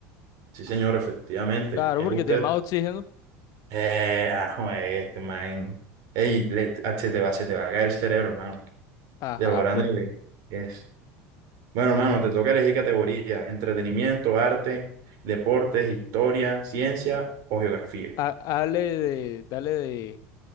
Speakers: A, on the right (about 60°); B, on the left (about 55°).
A: Sí, señor, efectivamente.
B: Claro,
A: Es
B: porque
A: usted.
B: tiene más oxígeno.
A: Eh, ah, joder, este man. Ey, le- ah, se te va, se te va a caer el cerebro, hermano.
B: Ajá,
A: De lo grande
B: pues.
A: que es. Bueno, hermano, te toca elegir categoría: entretenimiento, arte, deportes, historia, ciencia o geografía.
B: Ha- Dale de, dale de,